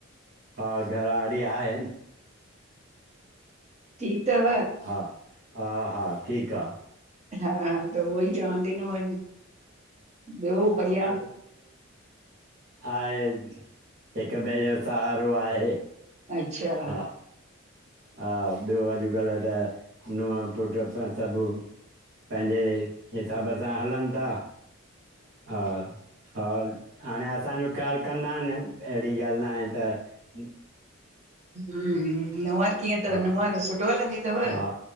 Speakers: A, on the right; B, on the right.
A: हा घर वारी आहे।
B: टीक तव
A: हा हा हा ठीक आ
B: हा त उहो ई चवांती न वञ। ॿियो बढ़िया
A: हाए हिक ॿे जो साहारो आहे।
B: च्छा।
A: हा हा ॿियो अजकल त नूंअ पुट पे सभु पंहिंजे हिसाब सां हलनि ता। हा हा हाणे असांजो ख़्याल
B: हा
A: कंदा अन एड़ी ॻाल्ह न आहे त हुं
B: हुं नुंअर कीअं थव
A: हा
B: नुंअर सुठो हलंदी थव?
A: हा